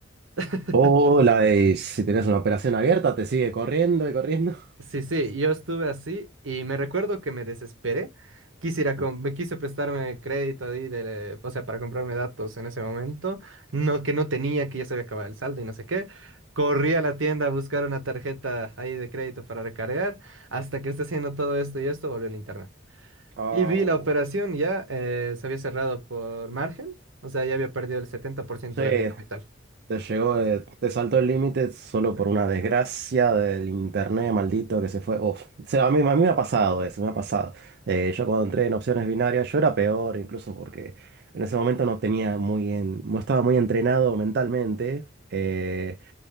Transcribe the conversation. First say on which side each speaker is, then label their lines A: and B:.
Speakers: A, on the right; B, on the right.
A: <laughs>
B: uy, la de- si tienes una operación abierta, te sigue corriendo y corriendo.
A: Sí, sí,
B: <laughs>
A: yo estuve así y me recuerdo que me desesperé. Quisiera, com-
B: Mm.
A: me quise prestarme crédito ahí, de, o sea, para comprarme datos en ese momento, no, que no tenía, que ya se había acabado el saldo y no sé qué. Corrí a la tienda a buscar una tarjeta ahí de crédito para recargar, hasta que está haciendo todo esto y esto, volvió el internet.
B: Oh,
A: Y vi la operación, ya eh, se había cerrado por margen, o sea, ya había perdido el setenta por ciento
B: sí,
A: de mi capital.
B: Te llegó, de- te saltó el límite solo
A: Sí,
B: por una desgracia del internet maldito que se fue. Uf. O sea, a mí, a mí me ha pasado eso, me ha pasado. Eh, yo cuando entré en opciones binarias, yo era peor, incluso porque en ese momento no tenía muy en, no estaba muy entrenado mentalmente. Eh,